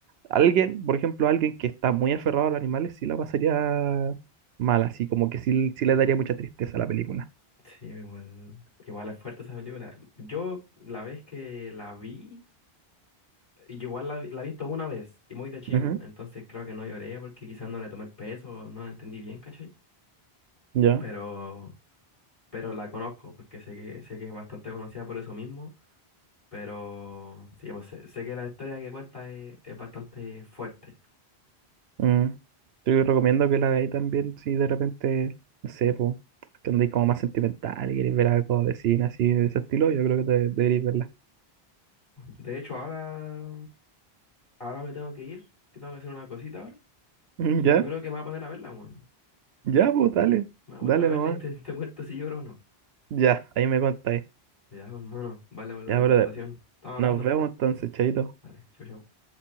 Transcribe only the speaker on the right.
Alguien, por ejemplo, alguien que está muy aferrado a los animales, sí la pasaría mal, así como que sí, sí le daría mucha tristeza a la película.
Ujú,
Ya.
Mm. Te recomiendo que la veáis también si de repente, no sé, pues, que andáis como más sentimental y queréis ver algo de cine así de ese estilo, yo creo que te, deberíais verla.
Mm,
Ya,
ya, pues dale.
Dale
nomás.
Ya, ahí me contáis.
Ya,
brother.
Nos vemos entonces, chaito.